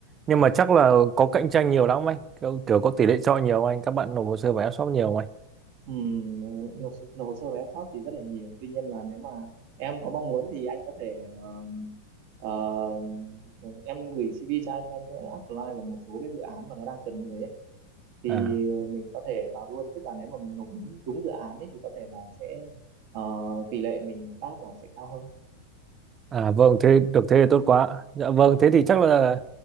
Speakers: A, on the right; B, on the right.
A: nhưng mà chắc là có cạnh tranh nhiều lắm không anh? Kiểu, kiểu có tỷ lệ chọi nhiều không anh? Các bạn nộp hồ sơ vào em shop nhiều không anh?
B: Ừm, nộp, nộp hồ sơ về web shop thì rất là nhiều. Tuy nhiên là nếu mà em có mong muốn thì anh có thể ờ, ờ, em gửi CV cho anh, anh sẽ apply vào một số cái dự án mà nó đang cần người ấy thì
A: À
B: ờ, mình có thể vào luôn tức là nếu mà mình nộp đúng, đúng dự án ấy thì có thể là sẽ ờ, tỷ lệ mình pass là sẽ cao hơn
A: À vâng, thế được thế thì tốt quá. Dạ vâng, thế thì chắc là
B: ok